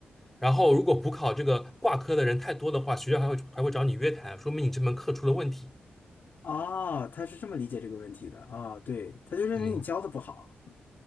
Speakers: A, in the centre; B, on the left.
A: 然后如果补考这个挂科的人太多的话，学校还会还会找你约谈，说明你这门课出了问题。
B: 哦，他是这么理解这个问题的。哦，对，他就认为你教的不好。
A: 嗯。